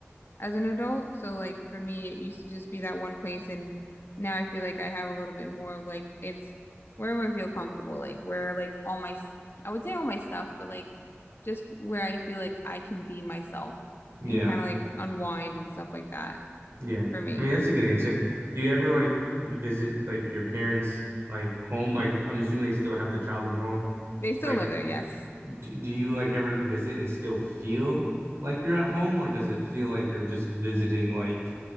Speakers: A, on the left; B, on the right.
A: as an adult. So like for me, it used to just be that one place and now I feel like I have a little bit more of like it's wherever I feel comfortable, like where like all my s- I would say all my stuff, but like just where I feel like I can be myself
B: Yeah.
A: and kind of like unwind and stuff like that
B: Yeah.
A: for me.
B: I mean, that's a good answer. Do you ever like visit like your parents' like home? Like, I'm assuming they still have the childhood home.
A: They still
B: Like,
A: live there, yes.
B: do, do you like ever visit and still feel like you're at home, or does it feel like you're just visiting like